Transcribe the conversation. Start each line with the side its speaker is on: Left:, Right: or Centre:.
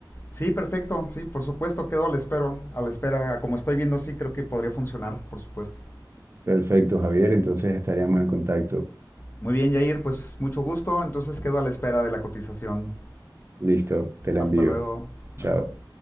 Left: Sí, perfecto, sí, por supuesto, quedo a la espera, a la espera, como estoy viendo, sí, creo que podría funcionar, por supuesto.
Right: Perfecto, Javier. Entonces estaríamos en contacto.
Left: Muy bien, Jair, pues mucho gusto, entonces quedo a la espera de la cotización.
Right: Listo, te la
Left: Hasta
Right: envío.
Left: luego. Bye.
Right: Chao.